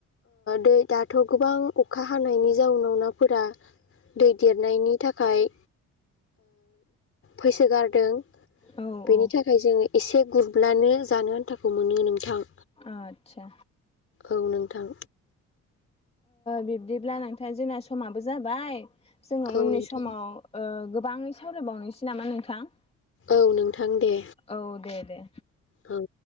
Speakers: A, on the left (about 45°); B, on the left (about 20°).
A: दै दाथ' गोबां अखा हानायनि जाउनाव नाफोरा दै देरनायनि थाखाय फैसोगारदों
B: औ औ
A: बेनि थाखाय जोङो एसे गुरब्लानो जानो आन्थाखौ मोनो नोंथां
B: आतसा
A: औ नोंथां
B: बिब्दिब्ला नोंथाङा जोंना समाबो जाबाय जोङो
A: औ
B: उननि
A: नोंथां
B: समाव गोबाङै सावरायबावनोसै नामा नोंथां
A: औ नोंथां दे
B: औ दे दे
A: औ